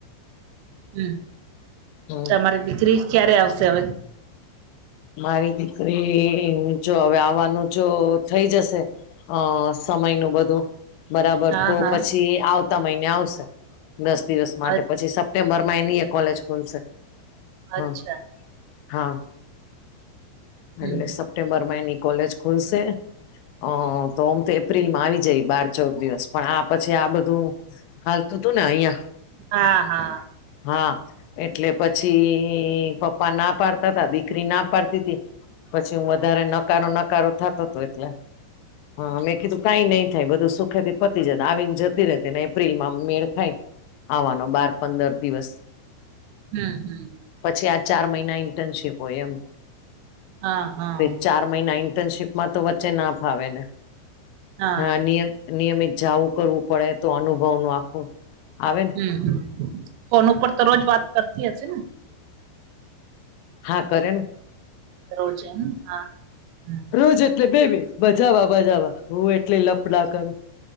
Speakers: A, on the right; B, on the left.
A: હમ
B: હમ
A: તમારી દીકરી ક્યારે આવશે હવે?
B: મારી દીકરી હ જો હવે આવવાનું જો થઈ જશે અ સમયનું બધું બરાબર
A: હા
B: તો
A: હા
B: પછી આવ આવતા મહિને આવશે દસ દિવસ માટે
A: અ
B: પછી સપ્ટેમ્બરમાં એની એ કોલેજ ખુલશે.
A: અચ્છા
B: હમ હા.
A: હમ
B: એટલે સપ્ટેમ્બરમાં એની કોલેજ ખુલશે અ તો આમ તો એપ્રિલમાં આવી જાય બાર ચૌદ દિવસ પણ આ પછી આ બધું હાલતું તું ને અહિયાં
A: હા હા.
B: હા એટલે પછી પપ્પા ના પાડતા તા દીકરી ના પાડતી પછી હું વધારે નકારો નકારો થાતો તું એટલે હા મેં કીધું કઈ નઈ થાય બધું સુખે થી પતી જ આવીને જતી રતીને એપ્રિલમાં મેળ ખાય આવવાનો બાર પંદર દિવસ.
A: હમ હમ.
B: પછી આ ચાર મહિના ઇન્ટર્નશીપ હોય એમ.
A: હા. હા
B: તો એક ચાર મહિના ઇન્ટર્નશીપમાં તો વચ્ચે ના ફાવે એને.
A: હા
B: હ નિયમ નિયમિત જાવું કરવું પડે તો અનુભવનું આખું આવે ને
A: હમમ ફોન ઉપર તો રોજ વાત કરતી હશે ને?
B: હા કરે ને.
A: રોજે હા. હમ.
B: રોજ એટલે બે મિનિટ મજામા મજામા હું એટલી લપ ના કરું.